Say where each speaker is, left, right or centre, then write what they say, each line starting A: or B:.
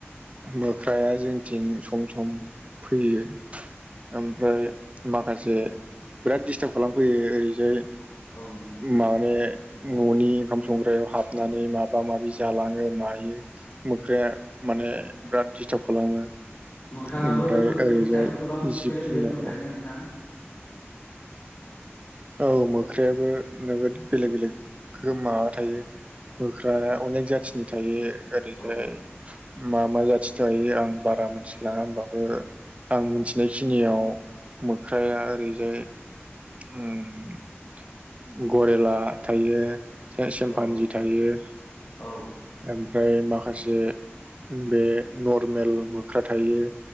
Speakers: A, on the right (about 30°); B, on the left (about 40°).
A: मोख्राया जोंथिं सम सम फैयो ओमफ्राय माखासे बिराद दिस्टार्ब खालामफैयो ओरैजाय
B: औ नोंथां
A: माने न'नि ओंखाम संग्रायाव हाबनानै माबा माबि जालाङो मायो मोख्राया माने बिराद दिस्टार्ब खालामो
B: मोख्राङाबो
A: ओमफ्राय ओरैजाय
B: मोख्रायाबो गोबां
A: जिब
B: बेलेग
A: जुनाराव
B: बेलेग रोखोम थायोना नोंथां
A: औ मोख्रायाबो नोगोद बेलेग बेलेग गो माबा थायो मोख्राया अनेक जाथिनि थायो ओरैहाय
B: औ नोंथां
A: मा मा जाथि थायो आं बारा मिथिलाङा ओमबाबो आं मिथिनाय खिनियाव मोख्राया ओरैजाय उम गरिला थायो सेमफान्जि
B: औ
A: थायो
B: औ
A: ओमफ्राय माखासे बे नरमेल मोख्रा थायो।